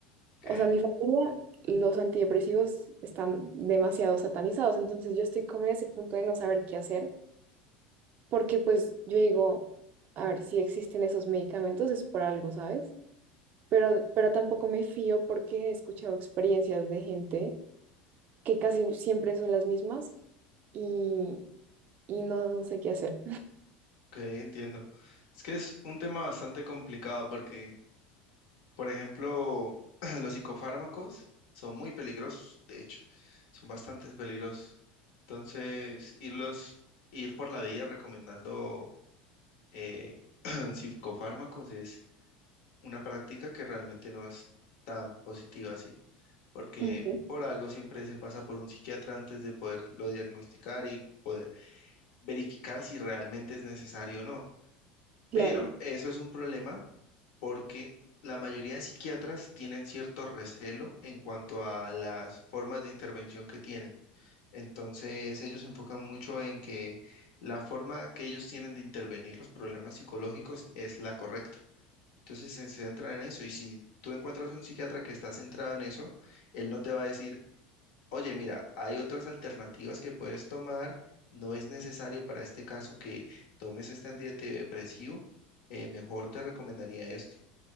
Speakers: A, on the left; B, on the right.
A: Ok,
B: O sea, mi familia, los antidepresivos están demasiado satanizados, entonces yo estoy como en ese punto de no saber qué hacer porque pues yo digo, a ver, si existen esos medicamentos es por algo, ¿sabes? Pero, pero tampoco me fío porque he escuchado experiencias de gente que casi siempre son las mismas y, y no sé qué hacer.
A: ok, entiendo. Es que es un tema bastante complicado porque Por ejemplo, <clears throat> los psicofármacos son muy peligrosos, de hecho, son bastante peligrosos. Entonces, irlos, ir por la vida recomendando eh, <clears throat> psicofármacos es una práctica que realmente no es tan positiva así, porque
B: Ujú,
A: por algo siempre se pasa por un psiquiatra antes de poderlo diagnosticar y poder verificar si realmente es necesario o no.
B: Claro.
A: Pero eso es un problema porque la mayoría de psiquiatras tienen cierto recelo en cuanto a las formas de intervención que tienen. Entonces, ellos se enfocan mucho en que la forma que ellos tienen de intervenir los problemas psicológicos es la correcta. Entonces, se se centran en eso y si tú encuentras un psiquiatra que está centrado en eso, él no te va a decir, oye, mira, hay otras alternativas que puedes tomar. No es necesario para este caso que tomes este antidepresivo, eh, mejor te recomendaría esto